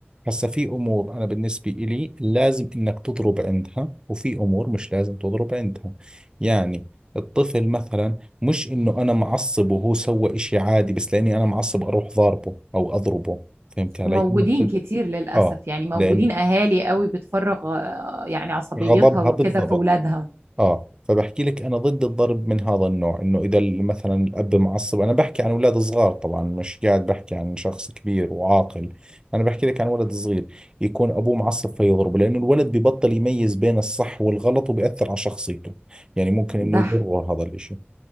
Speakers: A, on the right; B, on the right.
A: هسا في أمور أنا بالنسبة إلي لازم إنك تضرب عندها وفي أمور مش لازم تضرب عندها يعني الطفل مثلا مش إنه أنا معصب وهو سوى إشي عادي بس لأني أنا معصب أروح ضاربه أو أضربه فهمت علي؟
B: وموجودين كتير للأسف
A: آه
B: يعني موجودين
A: لأن
B: أهالي قوي بتفرغ آه، يعني عصبيتها
A: غضبها
B: وكده
A: بالضبط
B: في ولادها
A: اه فبحكي لك انا ضد الضرب من هذا النوع انه اذا ال- مثلا الاب معصب انا بحكي عن اولاد صغار طبعا مش قاعد بحكي عن شخص كبير وعاقل انا بحكي لك عن ولد صغير يكون ابوه معصب فيضربه لانه الولد ببطل يميز بين الصح والغلط وبأثر على شخصيته يعني ممكن انه
B: ده
A: يضره
B: ح-
A: هذا الاشي